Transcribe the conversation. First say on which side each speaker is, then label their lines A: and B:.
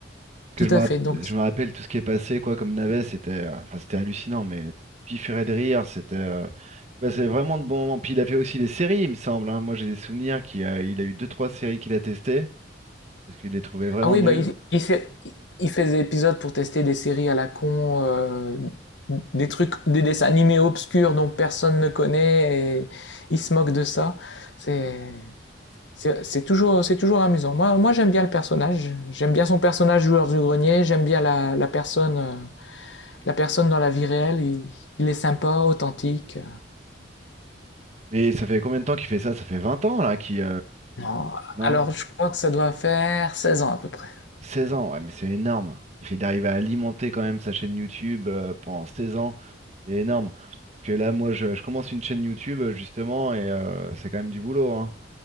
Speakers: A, on the right (about 35°); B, on the left (about 70°).
A: Parce
B: tout
A: que je
B: à
A: me, rapp-
B: fait. Donc,
A: je me rappelle tout ce qui est passé quoi comme navet, c'était euh, enfin, c'était hallucinant, mais tu pifferais de rire, c'était euh, tu passais vraiment de bons moments. Puis il a fait aussi les séries, il me semble. hein. Moi j'ai des souvenirs qu'il a, il a eu deux trois séries qu'il a testées parce qu'il les trouvait vraiment
B: ah oui,
A: nulles.
B: bah, il, il fait, il il fait des épisodes pour tester des séries à la con, euh, des trucs, des dessins animés obscurs dont personne ne connaît et il se moque de ça. C'est, C'est c'est toujours, c'est toujours amusant. Moi, moi, j'aime bien le personnage. J'aime bien son personnage joueur du grenier. J'aime bien la, la personne, euh, la personne dans la vie réelle. Il, il est sympa, authentique.
A: Mais ça fait combien de temps qu'il fait ça? Ça fait 20 ans là qui
B: Non,
A: non?
B: alors je crois que ça doit faire 16 ans à peu près.
A: seize ans, ouais, mais c'est énorme. Il fait d'arriver à alimenter quand même sa chaîne YouTube euh, pendant 16 ans, c'est énorme. Parce que là, moi, je, je commence une chaîne YouTube euh, justement et euh, c'est quand même du boulot. hein.